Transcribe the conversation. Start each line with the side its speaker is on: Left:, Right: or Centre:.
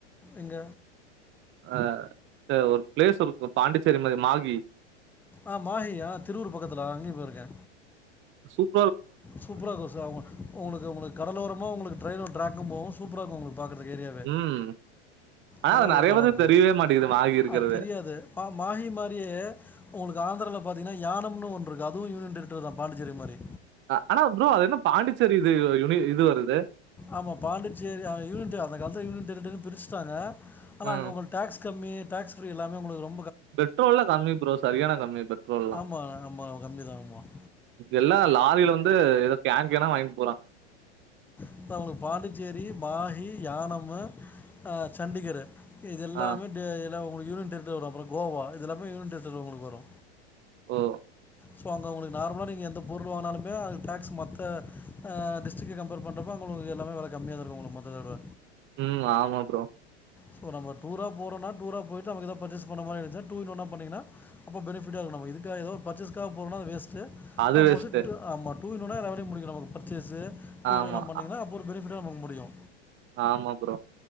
Centre: எங்க
Right: அ ஒரு பிளேஸ் இருக்கு பாண்டிச்சேரி மாரி மாகி
Centre: ஆ மாஹியா திருவூர் பக்கத்துல அங்கயு போயிருக்க
Right: சூப்
Centre: சூப்பராருக்கு சார் உங் உங்களுக்கு உங்குளுக்கு கடலோரமா உங்களுக்கு ட்ரைனு ட்ராக்கு போவு சூப்பராருக்கு உங்களுக்கு பாக்குறதுக்கு ஏரியாவே
Right: ம். ஆனா
Centre: நால்லவங்களுக்கு
Right: அது நெறைய
Centre: நல்லா
Right: பேத்துக்கு
Centre: இருக்கு
Right: தெரியவே மாட்டேங்குது மாகி இருக்கிறது.
Centre: அத் தெரியாது மாஹி மாரியே உங்களுக்கு ஆந்ராவுல பாத்தீங்கன்னா யானம் இன்னொன்று இருக்கு அதுவு யூயன் டேரக்டர்தா பாண்டிச்சேரி மாரி
Right: ஆனா ஃப்ரோ அது என்ன பாண்டிச்சேரி இது யுனி இது வருது
Centre: ஆமா பாண்டிச்சேரி யூனிட்டு அந்த காலத்து யூனிட்டு இருந்தத பிருச்சுட்டாங்க ஆனா
Right: ம்.
Centre: அங்க உங்களுக்கு டேக்ஸ் கம்மி டேக்ஸ் எல்லாமே உங்களுக்கு ரொம்
Right: பெட்ரோல்லா கம்மி ஃப்ரோ சரியான கம்மி பெட்ரோல்லா
Centre: ஆமாம் ஆமாம் கம்மி தான் ஆமாம்
Right: எல்லா லாரில வந்து ஏதோ கேன் கேன்னா வாங்கின்
Centre: அப்ப அவங்களுக்கு பாண்டிச்சேரி மாஹி யானம் ம்மா ஆ சண்டிகரு இதெல்லாமே
Right: ஆ
Centre: டேயில் ல்லா உங்களுக்கு யூனியன் வரு அப்பறோ கோவா இதெல்லாமே யூனியன் டென்டுலதா உங்களுக்கு வரு
Right: ஓ
Centre: சோ அங்க உங்களுக்கு நார்மலா நீங்க எந்த பொருள் வாங்கனாலுமே அது டேக்ஸ் மத்த அ டெஸ்ட்டுக்கு கம்பேர் பண்றப்ப உங்களுக்கு எல்லாமே வெல கம்மியாதா இருக்கு உங்களுக்கு மத்தத விட
Right: ம் ஆமா ஃப்ரோ
Centre: சோ நம்ம டூரா போறோன்னா டூரா போய்ட்டு ஏதாவது பர்சேஸ் பண்ண மாரி இருந்தா டூயின் ஒண்ணா பண்ணிங்கன்னா அப்ப பெனிஃப்டா இருக்கு நமக்கு இதுக்கா எதோ ஒரு பர்ச்சேஸ்காக போறோனா அது வேஸ் ஸு
Right: அது வேஸ்ட்
Centre: ஒதட்டு ஆமாட் டூர்னவொனே எல்லா வேலயு முடிஞ்சிரு நமக்கு பர்ச்சேஸு
Right: ஆமா
Centre: டூர் எல்லாம் பண்ணீங்கன்னா அப்ப ஒரு பெனிஃப்டா போ முடியு
Right: ஆமா ஃப்ரோ